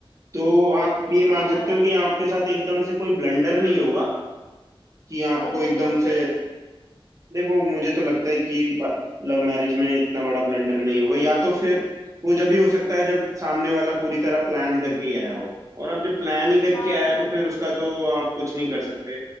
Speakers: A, on the right (about 35°); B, on the left (about 80°).
A: तो आप
B: ये
A: ये
B: तो
A: मान
B: है
A: सकते हो कि आपके साथ एकदम से कोई ब्लंडर नहीं होगा कि आपको
B: अगर हो
A: एकदम
B: गया फिर
A: से देखो मुझे तो लगता है कि लव मैरिज में इतना बड़ा ब्लंडर नहीं होगा या तो फिर वो जब ही हो सकता है जब सामने वाला पूरी तरह प्लान करके ही आया हो और अब जब प्लान ही करके
B: हाँ
A: आया
B: ये
A: है, तो
B: भी
A: फिर
B: है
A: उसका तो आप कुछ नहीं कर सकते